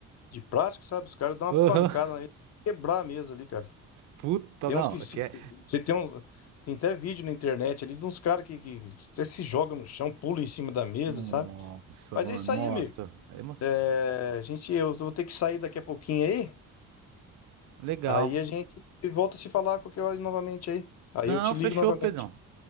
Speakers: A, on the left (about 50°); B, on the right (about 60°).
A: de plástico, sabe? Os caras dão uma
B: Aham.
A: pancada na mesa, quebrar a mesa ali, cara.
B: Puta,
A: Tem
B: não.
A: uns que se,
B: Aqui é...
A: você tem um, tem até vídeo na internet ali de uns caras que, que até se jogam no chão, pulam em cima da mesa,
B: Nossa,
A: sabe? Mas
B: mano,
A: é isso
B: nossa.
A: aí, amigo.
B: É emo-
A: É, a gente, eu vou ter que sair daqui a pouquinho aí.
B: Legal.
A: Aí a gente volta a se falar a qualquer hora novamente aí. Aí
B: Não,
A: eu te ligo
B: fechou,
A: novamente.
B: Pedrão.